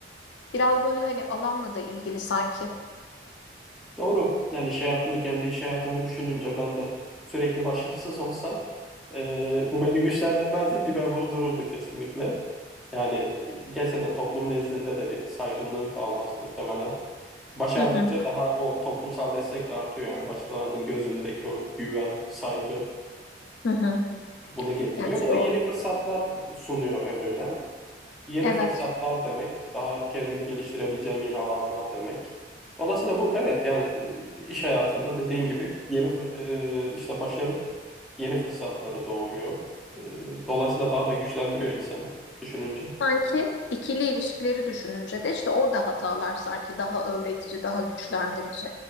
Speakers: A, on the left; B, in the centre.
A: Biraz böyle hani alanla da ilgili sanki.
B: Doğru. Yani iş hayatında kendi iş hayatımı düşününce ben de sürekli başarısız olsam e, bu beni güçlendirmezdi, dibe vurdururdu kesinlikle. Yani e, gerçekten toplum nezdinde de bir saygınlığın kalmaz muhtemelen. Başardıkça
A: Hı hı.
B: daha o toplumsal destek de artıyor yani başkalarının gözündeki o güven, saygı
A: Hı hı.
B: bunu getiriyor.
A: Yani işte
B: Bu da
A: o
B: yeni fırsatlar sunuyor önüne. Yeni
A: evet
B: fırsatlar demek, daha kendini geliştirebileceğin yeni alanlar demek. Dolayısıyla bu evet yani e, iş hayatında dediğin gibi yeni fır- e, işte başarı yeni fırsatları doğuruyor. E, Dolayısıyla daha da güçlendiriyor insanı düşününce.
A: sanki ikili ilişkileri düşününce de işte orada hatalar sanki daha öğretici, daha güçlendirici.